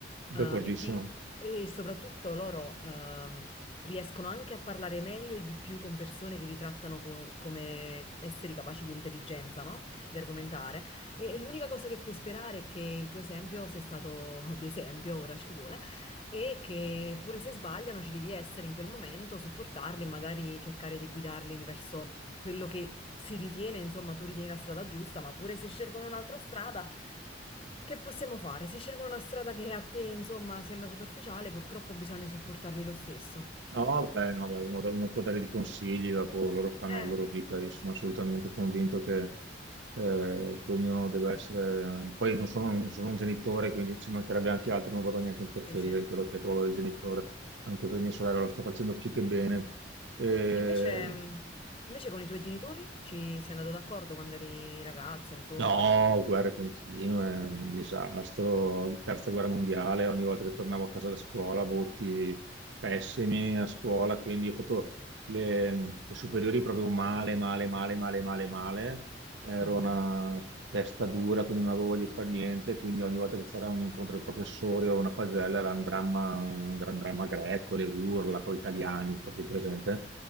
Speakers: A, on the right; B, on the left.
A: d'accordissimo.
B: Eh, e ti e soprattutto loro ehm, riescono anche a parlare meglio e di più con persone che li trattano co- come esseri capaci di intelligenza, no? Di argomentare. E, e l'unica cosa che puoi sperare è che il tuo esempio sia stato <laughs> d'esempio, ora ci vuole, e che pure se sbagliano ci devi essere in quel momento, supportarli, e magari cercare di guidarli verso quello che si ritiene, insomma, tu ritieni la strada giusta, ma pure se scelgono un'altra strada, che possiamo fare? Se scelgono una strada che a te, insomma, sembra superficiale, purtroppo bisogna supportarli lo stesso.
A: No, beh, no, beh, uno, uno può dare dei consigli, dopo loro fanno
B: Eh,
A: la loro vita, io sono assolutamente convinto che, eh, che ognuno deve essere... Poi non sono, non sono un genitore, quindi ci mancherebbe anche altro, non vado neanche a interferire
B: sì, sì. E
A: in quello che è il ruolo del genitore, anche per mia sorella lo sta facendo più che bene. Eh,
B: Invece, mh, invece con i tuoi genitori ci sei andato d'accordo quando eri ragazzo, insomma.
A: No, guerre continue, un disastro, terza guerra mondiale, ogni volta che tornavo a casa da scuola, voti pessimi a scuola, quindi ho fatto le, le superiori proprio male, male, male, male, male, male. Ero
B: Mm.
A: una testa dura, quindi non avevo voglia di fare niente, quindi ogni volta che c'era un incontro di professori o una pagella era un dramma, un gran dramma greco, le urla, poi italiani, proprio presente.